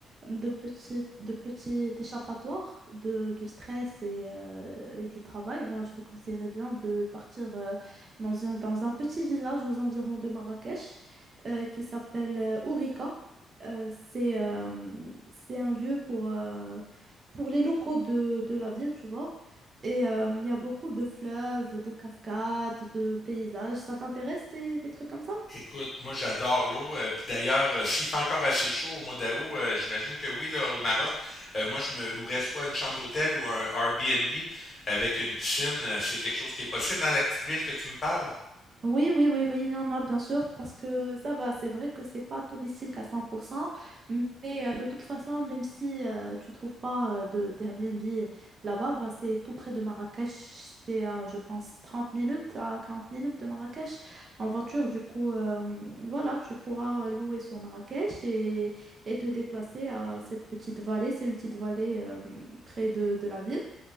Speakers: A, on the right; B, on the left.
A: de petit, de petit échappatoire de, du stress et, euh, et du travail, ben, je te conseillerais bien de partir euh, dans un, dans un petit village aux environs de Marrakech euh, qui s'appelle euh, Ourika. Euh, c'est euh, c'est un lieu pour, euh, pour les locaux de, de la ville, tu vois. Et euh, il y a beaucoup de fleuves, de cascades, de paysages. Ça t'intéresse, ces- les trucs comme ça?
B: Écoute, moi j'adore l'eau. euh, puis d'ailleurs, euh, s'il fait encore assez chaud au mois d'août, euh, j'imagine que oui, là, au Maroc, euh, moi je me louerais soit une chambre d'hôtel ou un Airbnb avec une piscine. Euh, C'est quelque chose qui est possible dans la petite ville que tu me parles?
A: Oui, oui, oui, oui, il y en a bien sûr, parce que ça va, c'est vrai que c'est pas touristique à 100%, mais euh, de toute façon, même si euh, tu trouves pas euh, de d'Airbnb là-bas, ben, c'est tout près de Marrakech, c'est à, je pense 30 minutes à 40 minutes de Marrakech en voiture, du coup, euh, voilà, tu pourras euh, louer sur Marrakech et, et te déplacer à cette petite vallée, c'est une petite vallée euh, près de, de la ville